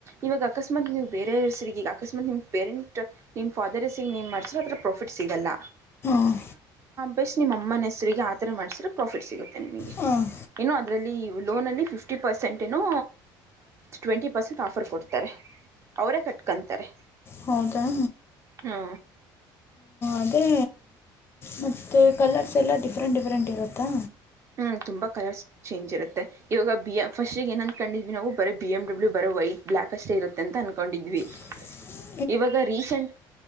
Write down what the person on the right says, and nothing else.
ಇವಾಗ ಅಕಸ್ಮಾತ್ ನೀವು್ ಬೇರೆ ಹೆಸರಿಗೆ ಈಗ ಅಕಸ್ಮಾತ್ ನಿಮ್ ಪೇರೆಂಟ್ ನಿಮ್ಮ ಫಾದರಸಗ ನೀವು ಮಾಡರ್ಸ್ರ ಹದತ್ರರ ಪ್ರಾಫಿಟ್ ಸಿಗಲ್ಲ
ಬೆಸ್ಟ್ ನಿಮ್ಮ ಅಮ್ಮನ ಹೆಸರಿಗೆ ಆ ಥರ ಮಾಡ್ಸ್ರೆ ಪ್ರಾಫಿಟ್ ಸಿಗುತ್ತೆ ನಿಮಗೆ
ಏನೋ ಅದ್ರಲ್ಲಿ ಲೋನ ಅಲ್ಲಿ ಫಿಫ್ಟಿ ಪರ್ಸೆಂಟ್ ಏನೋ ಟ್ವೆಂಟಿ ಪರ್ಸೆಂಟ್ ಆಫರ್ ಕೊಡ್ತಾರೆ ಅವರೇ ಕಟ್ಕೊತಾರೆ
ಹಾ
ಹ್ಞ ತುಂಬ ಕಲರ್ಸ್ ಚೇಂಜ್ ಇರುತ್ತೆ ಇವಾಗ ಬಿ ಎ ಫಸ್ಟ್ ಏನನ್ ಕೊಂಡಿದ್ ನಾವು ಬ ಬಿ ಎಮ ಡಬ್ಲ್ಯ ಬರ ವೈಟ್ ಬ್ಲ್ಾಕ್ಷ್ಟೇ ಇರುತ್ತ ಅಂದನ್ಕೊಂಡಿದ್ವಿ
ಇವಾಗ ರೀಸೆಂಟ್